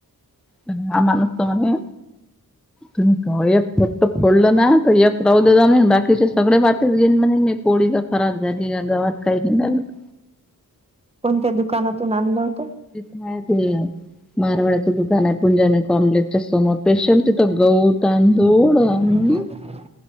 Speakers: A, in the centre; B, on the right (about 15°).
A: त्या आम्हालास तर म्हणे तुम्ही कव्हा यात फक्त फोडलं ना तर एक राहू दे जा बाकीचे सगळे वाट तीचे वडील म्हणे मी पोळी जर खराब झाली या गव्हात काही निघाल तर
B: कोणत्या दुकानातून आणलं होतं
A: ते तर ह ते <inaudible> मारवाड्याचं दुकान आहे पुंजाने कॉमलेटच्या समोर स्पेशल तिथं गऊ तांदूळ अन
B: ह <unintelligible>